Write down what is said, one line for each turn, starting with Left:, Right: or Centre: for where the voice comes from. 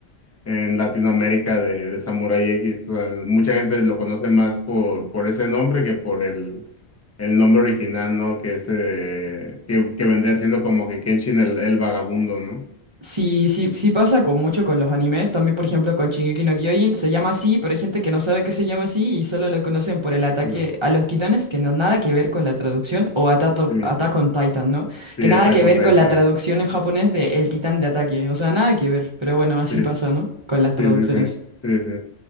Left: en Latinoamérica de, de Samurai X. O sea, mucha gente lo conoce más por, por ese nombre que por el, el nombre original, ¿no? Que es, eh, que, que vendría siendo como que Kenshin el, el vagabundo, ¿no?
Right: Sí, sí, sí pasa con mucho con los animes, también por ejemplo con Shingeki no Kyojin, se llama así, pero hay gente que no sabe que se llama así y solo lo conocen por el ataque
Left: No.
Right: a los titanes, que no nada que ver con la traducción, o Attack,
Left: Sí,
Right: Attack on Titan, ¿no?
Left: sí,
Right: Que nada
Left: Attack
Right: que
Left: on
Right: ver
Left: Titan.
Right: con la traducción en japonés de el titán de ataque, o sea, nada que ver, pero bueno, así
Left: Sí,
Right: pasa,
Left: sí,
Right: ¿no? Con las traducciones.
Left: sí, sí, sí, sí,